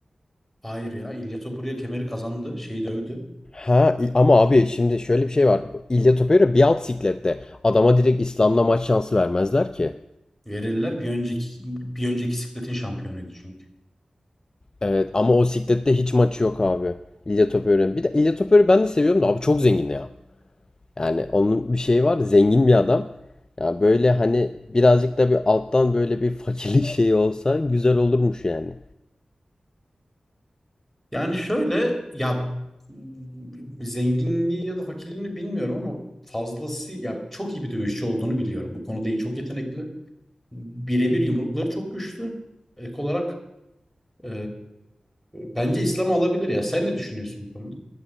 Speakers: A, in the centre; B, on the left (about 30°).
A: Hayır ya İlya Topuria kemeri kazandı. Şeyi dövdü.
B: Ha i- ama abi şimdi şöyle bir şey var. İlya Topuero bir alt siklette. Adama direkt İslam'la maç şansı vermezler ki.
A: Verirler. Bir önceki bir önceki sikletin şampiyonuydu çünkü.
B: Evet ama o siklette hiç maçı yok abi. İlya Topuero'nun. Bir de İlya Topuero'yu ben de seviyorum da abi çok zengin ya. Yani onun bir şeyi var. Zengin bir adam. Ya böyle hani birazcık da bir alttan böyle bir <laughs> fakirlik şeyi olsa güzel olurmuş yani.
A: Yani şöyle ya m, zenginliği ya da fakirliğini bilmiyorum ama fazlası ya çok iyi bir dövüşçü olduğunu biliyorum. Bu konuda iyi, çok yetenekli. Birebir yumrukları çok güçlü. Ek olarak e, bence İslam alabilir ya. Sen ne düşünüyorsun bu konuda?